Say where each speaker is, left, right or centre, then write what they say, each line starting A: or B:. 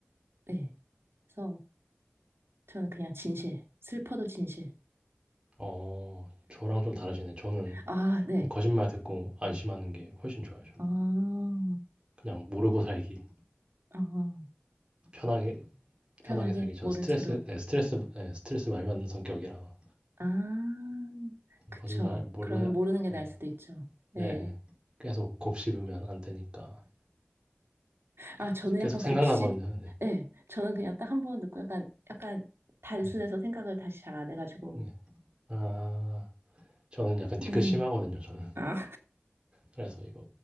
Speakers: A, on the right; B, on the right.
A: 네. 그래서 저는 그냥 진실. 슬퍼도 진실.
B: 어. 저랑 좀 다르시네. 저는
A: 아, 네.
B: 그냥 거짓말 듣고 안심하는 게 훨씬 좋아요, 저는.
A: 아,
B: 그냥 모르고 살기.
A: 아,
B: 편하게
A: 편하게
B: 편하게 살기. 저는
A: 모른
B: 스트레스
A: 채로.
B: 네, 스트레스 네, 스트레스 많이 받는 성격이라
A: 아, 그쵸.
B: 거짓말 몰라
A: 그러면 모르는 게
B: 네.
A: 나을 수도 있죠. 네.
B: 네. 계속 곱씹으면 안 되니까.
A: 아, 저는
B: 그래서 계속
A: 약간
B: 생각나거든요.
A: 곱씹,
B: 네.
A: 예, 저는 그냥 딱 한번 듣고 약간, 약간 단순해서
B: 네.
A: 생각을 다시 잘 안 해가지고,
B: 네. 아. 저는 약간 뒤끝
A: 예.
B: 심하거든요, 저는.
A: 아,
B: 그래서 이거